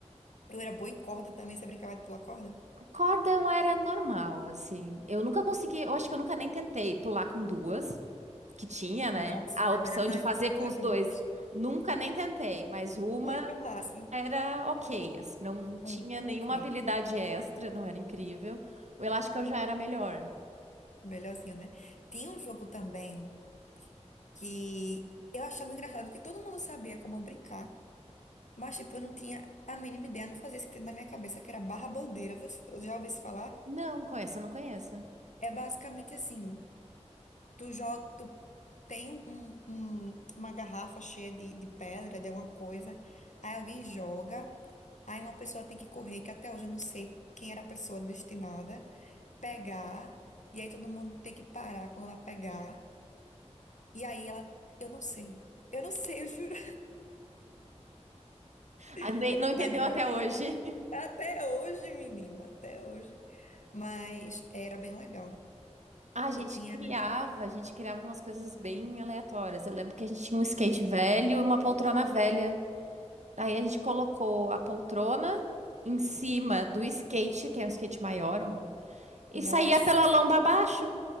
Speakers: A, on the left (about 90°); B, on the right (about 75°).
A: Eu era boa em corda também, você brincava de pular corda?
B: Corda eu era normal, assim. Eu nunca consegui, eu acho que eu nunca nem tentei pular com duas, que tinha, né?
A: Nossa,
B: A opção
A: eu era rainha
B: de fazer
A: de pular
B: com os
A: com
B: dois.
A: duas.
B: Nunca nem tentei, mas uma
A: Muito massa.
B: Era ok, assim, não tinha
A: Um era
B: nenhuma
A: ok.
B: habilidade extra, não era incrível. O elástico eu já era melhor.
A: Melhorzinho, né? Tinha um jogo também que eu achava engraçado, que todo mundo sabia como brincar, mas tipo, eu não tinha a mínima ideia, não fazia sentido na minha cabeça, que era barra bandeira. viu? Eu já ouvi isso falar.
B: Não, com essa eu não conheço.
A: É basicamente assim. Tu joga, tu tem um, um- um, uma garrafa cheia de, de pedra, de alguma coisa, aí alguém joga, aí uma pessoa tem que correr, que até hoje eu não sei quem era a pessoa destinada, pegar, e aí todo mundo tem que parar quando ela pegar, e aí ela, eu não sei, eu não sei, eu juro,
B: Ah, nem-
A: <laughs>
B: não entendeu
A: mas era
B: até hoje. <laughs>
A: até hoje, menina, até hoje, mas era bem legal.
B: A gente
A: Eu tinha,
B: criava, a gente criava algumas coisas bem aleatórias. Eu lembro que a gente tinha um skate velho e uma poltrona velha. Aí a gente colocou a poltrona em cima do skate, que era um skate maior, um, e
A: nossa,
B: saía pela lomba abaixo,